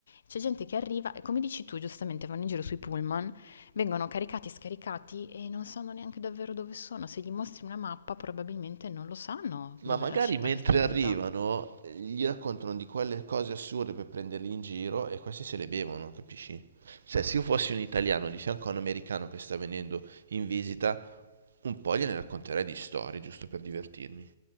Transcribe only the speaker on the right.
Ma
magari
mentre
arrivano
eh, gli raccontano di quelle cose assurde per prenderli in giro e questi se le bevono, capisci? Cioè, se io fossi un italiano di fianco a un americano che sta venendo in visita, un po' gliene racconterei di storie, giusto per divertirmi.